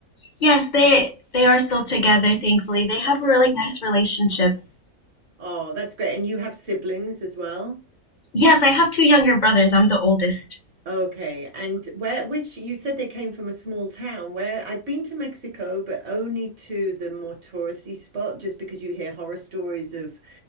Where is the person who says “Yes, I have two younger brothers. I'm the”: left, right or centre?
Left